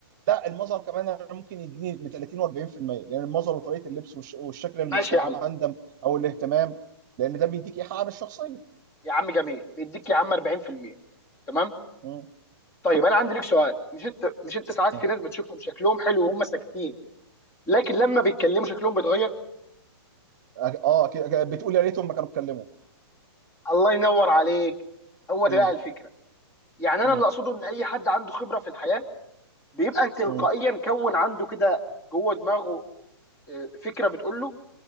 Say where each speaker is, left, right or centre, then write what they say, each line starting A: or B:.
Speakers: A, on the right; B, on the left.
A: لا المظهر كمان أنا ممكن يديني ل 30 و40% لان المظهر وطريقة اللبس والش- والشكل المهندم
B: ماشي يا عم
A: او الاهتمام لان ده بيديك ايحاء عن الشخصية
B: يا عم جميل بيديك يا عم 40% تمام
A: مم.
B: طيب انا عندي لك سؤال مش انت مش انت ساعات
A: مم.
B: في ناس بتشوفهم شكلهم حلو وهم ساكتين لكن لما بيتكلموا شكلهم بيتغير
A: أك- اه أكيد أك- بتقول يا ريتهم ما كانوا اتكلموا
B: الله ينور عليك هو ده
A: مم.
B: بقى الفكره يعني انا
A: مم.
B: اللي اقصده ان اي حد عنده خبره في الحياه بيبقى تلقائيا
A: مم.
B: كون عنده كده جوه دماغه آه، فكره بتقول له